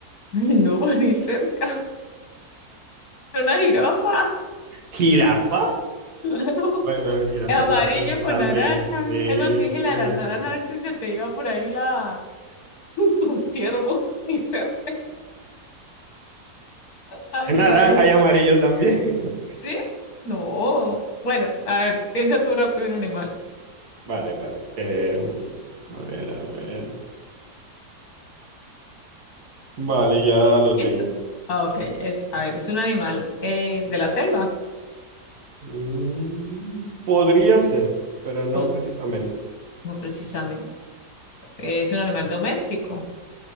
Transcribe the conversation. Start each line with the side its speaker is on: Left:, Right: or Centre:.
Left: no, <laughs> ni cerca. Una jirafa,
Right: ¿Jirafa?
Left: <laughs> claro.
Right: Bueno, el jirafa
Left: Es amarillo
Right: es naranja
Left: con
Right: también.
Left: naranja.
Right: Sí,
Left: Es más, te dije la
Right: sí,
Left: de la naranja,
Right: sí.
Left: a ver si se te iba por ahí la <laughs> un ciervo, ni cerca. Ay,
Right: Es naranja
Left: no, no, no.
Right: y amarillo también. <laughs>
Left: ¿Sí? No. Bueno, a ver, piensa tú rápido un animal.
Right: Vale, vale. Eh, a ver, a ver. Vale, ya lo
Left: Listo.
Right: tengo.
Left: Ah, Ok,
Right: Sí.
Left: es, a ver, es un animal eh, de la selva,
Right: Mm, podría ser, pero no
Left: o
Right: precisamente.
Left: no precisamente, es un animal doméstico.